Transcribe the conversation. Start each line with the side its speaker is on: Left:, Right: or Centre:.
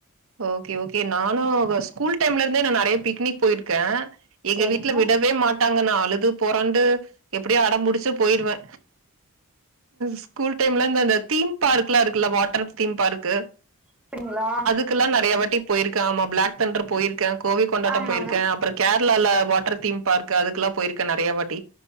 Right: ஓகே ஓகே நானு ஸ்கூல் டைம்ல இருந்தே நா நறைய பிக்னிக் போயிருக்கே எங்க
Centre: செரிங்க
Right: வீட்டுல விடவே மாட்டாங்க நா அழுது பொறண்டு எப்டியோ அடம்புடிச்சு போயிடுவே ஸ்கூல் டைம்ல இந்தந்த தீம் பார்க்ல்லா இருக்குல்ல வாட்டர் தீம் பார்க்கு
Centre: அப்டிங்களா
Right: க்குல்லா நறையாவாட்டி போயிருக்கே ஆமா பிளாக் தாண்டர் போயிருக்கே கோவை கொண்டாட்டம்
Centre: ஆமாங்க
Right: போயிருக்கே அப்பற கேர்ளால வாட்டர் தீம் பார்க் அதுக்குல்லாம் போயிருக்கேன் நறைய வாட்டி